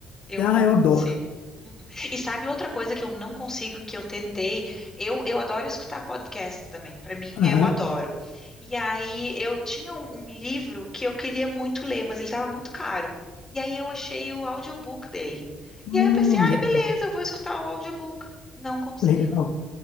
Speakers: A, on the left; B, on the left.
A: Eu
B: Ah,
A: não
B: eu adoro.
A: consigo. Mm-mm. E sabe outra coisa que eu não consigo, que eu tentei? Eu, eu adoro escutar podcast também. Para mim,
B: Aham.
A: eu adoro. E aí, eu tinha um, um livro que eu queria muito ler, mas ele estava muito caro. E aí, eu achei o audiobook dele.
B: Hum,
A: E aí, eu pensei, ai,
B: legal,
A: beleza, eu vou escutar o audiobook. Não consegui.
B: legal.